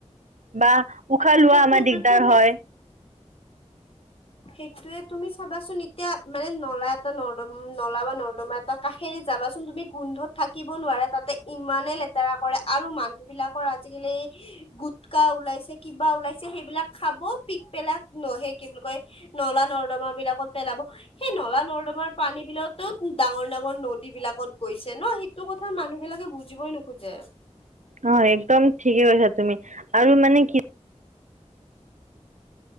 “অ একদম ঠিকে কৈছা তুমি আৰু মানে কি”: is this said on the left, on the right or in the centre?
Right